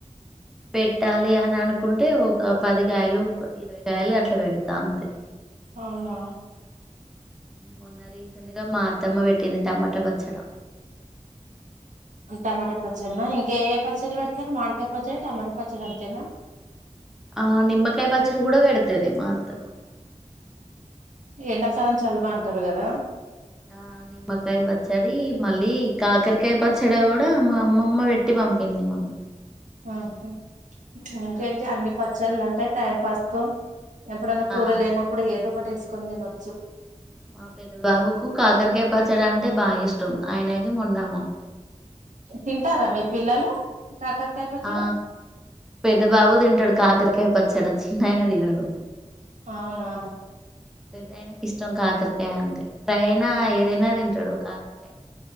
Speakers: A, in the centre; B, on the right.
A: పెట్టాలి అని అనుకుంటే ఒక పది కాయలు ఇరవై కాయలు అట్లా పెడతా అంతే
B: అవునా
A: మొన్న రీసెంట్ గా మా అత్తమ్మ పెట్టింది టమాటా పచ్చడ
B: టమాటో పచ్చన్న ఇంకా ఏ పచ్చలు పెడతారు మాడికాయ పచ్చడ టమాటా పచ్చడ అంతేనా
A: ఆ నిమ్మకాయ పచ్చడి కూడా పెడతది మా అత్తమ్మా
B: ఎండాకాలం చలవ అంటారు కదా
A: ఆ నిమ్మకాయ్ పచ్చడి మళ్ళీ కాకరకాయ పచ్చడి కూడా మా అమ్మమ్మ పెట్టి పంపింది మొన్న
B: ఆ ఓకే
A: మొన్న
B: ఇంకేంటి
A: అమ్మమ్మ
B: అన్ని
A: వాళ్ళ
B: పచ్చళ్ళ ఉంటాయి టైం పాస్ కు ఎప్పుడన్నా కూర
A: ఆ
B: లేనప్పుడు ఏదో ఒకటి వేసుకొని తినొచ్చు
A: మా పెద్ద బాబుకు కాకరకాయ పచ్చడాంటే బాగా ఇష్టం ఆయనక ఉన్నాము
B: తింటారా మీ పిల్లలు కాకరకాయ పచ్చడ
A: ఆ పెద్ద బాబు తింటాడు కాకరికాయ పచ్చడ చిన్నాయన తినడు
B: అవునా
A: పెద్ద ఆయనకి ఇష్టం కాకరకాయ అంటే పెద్దాయన ఏదైనా తింటాడు కాకరకాయ